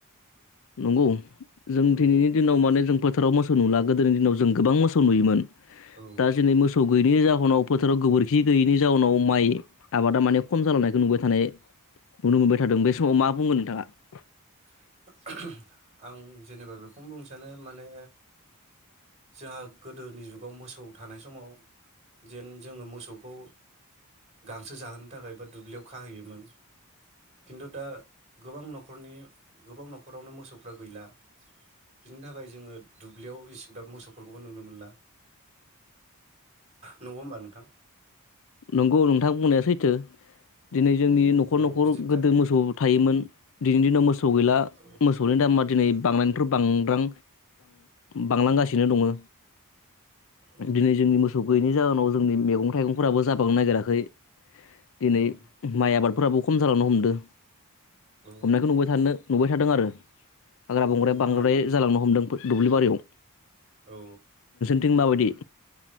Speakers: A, on the left; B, on the right.
A: नंगौ जों
B: औ
A: दिनैनि दिनाव माने जों फोथाराव मोसौ नुला गोदोनि दिनाव जों गोबां मोसौ नुयोमोन
B: औ
A: दा जो नै मोसौ गैयैनि जाहोनाव फोथाराव गोबोरखि गैयैनि जाहोनाव माइ आबादा माने खम जालांनायखौ नुबाय थानाय नुनो मोनबाय थादों बे समाव मा बुंगोन नोंथाङा
B: <inaudible> आं जेनेबा बेखौनो बुंसै बिनो माने जोंहा गोदोनि जुगाव मोसौ थानाय समाव जेन जोङो मोसौखौ गांसो जाहोनो थाखाय बा दुब्लियाव खाहैयोमोन खिन्थु दा गोबां नखर न'खरनि गोबां न'खरावनो मोसौफ्रा गैला बिनि थाखाय जोङो दुब्लियाव एसेग्राब मोसौफोरखौबो नुनो मोनला नंगौ होमबा नोंथां
A: नंगौ नोंथां बुंनाया सैथो दिनै जोंनि न'खर
B: औ
A: न'खर
B: बिदिनो
A: गोदो
B: था
A: मोसौ थायोमोन दिनैनि दिनाव मो मोसौ गैला
B: औ
A: मोसौनि दामा दिनै बांनायनिफ्राय बांद्रां बांलांगासिनो दंओ
B: औ
A: दिनै जोंनि मोसौ गैयैनि जाहोनाव जों मैगं थाइगंफोराबो जाब बांनो नागिराखै दिनै
B: औ
A: माइ आबाद फोराबो खम जालांनो हमदो
B: औ
A: हमनायखौ नुबाय थानो नुबाय थादों आरो हाग्रा
B: औ
A: बंग्राय बांद्राय
B: माने
A: जालांनो हमदों दुब्लिबारियाव
B: औ
A: थिं माबायदि?